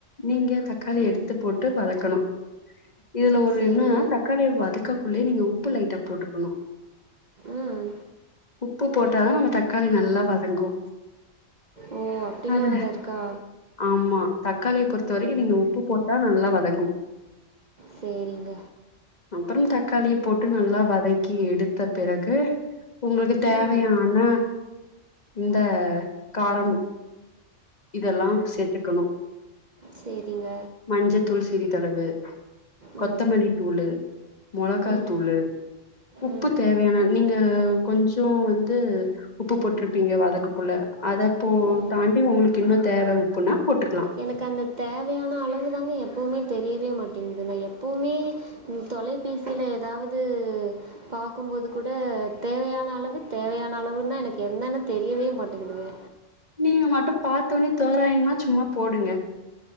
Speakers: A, on the left; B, on the right.
A: நீங்க தக்காளி எடுத்து போட்டு வதக்கணு இதுல ஒரு
B: சரி
A: என்னன்னா தக்காளி வதக்கக்குள்ளேயே நீங்க உப்பு லைட்டா போட்டுக்கணு
B: ம்
A: உப்பு போட்டாதா அந்த தக்காளி நல்லா வதங்கு
B: ஓ அப்டிலா
A: அது
B: வேற இருக்கா
A: ஆமா தக்காளிய பொறுத்த வரைக்கு நீங்க உப்பு போட்டா நல்லா வதங்கு
B: சேரிங்க
A: அப்புறம் தக்காளிய போட்டு நல்லா வதக்கி எடுத்த பிறகு உங்களுக்கு தேவையான
B: ம்
A: இந்த காரம் இதெல்லாம் சேத்துக்கணும்
B: சேரிங்க
A: மஞ்சத்தூள் சிறிதளவு கொத்தமல்லி
B: ம்
A: தூளு மொளகாத்தூளு
B: ம்
A: உப்பு
B: ம்
A: தேவையான நீங்க கொஞ்சோ வந்து உப்பு போட்ருப்பீங்க வதக்ககுள்ள அத போ
B: ம்
A: தாண்டி உங்களுக்கு இன்னு தேவ உப்புன்னா போட்டுக்கலா
B: எனக்கு அந்த தேவையான அளவுதாங்க எப்பவுமே தெரியவே மாட்டேங்குது நா எப்பவுமே ம் தொலைபேசியில ஏதாவ்து பாக்கும்போது கூட தேவையான அள வு தேவையான அளவுன்னா எனக்கு என்னன்னு தெரியவே மாட்டேங்குதுங்க
A: நீங்க மட்டும் பார்த்தவுனே தோராயுமா சும்மா போடுங்க